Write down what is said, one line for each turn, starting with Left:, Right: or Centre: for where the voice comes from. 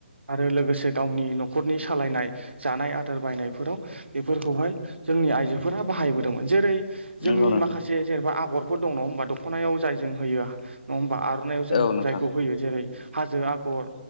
Right: आरो लोगोसे गावनि न'खरनि सालायनाय जानाय आदार बायनायफोराव बेफोरखौहाय जोंनि आइजोफोरा बाहायबोदोंमोन जेरै जोंनि
Left: नंगौ नोंथां
Right: माखासे जेनेबा आगरफोर दं नङा हबा दखनायाव जाय जों होयो नङा होनबा आरो हरनायाव जों
Left: औ नोंथां
Right: जायखौ
Left: नंगौ नोंथां
Right: होयो जेरै हाजो आगर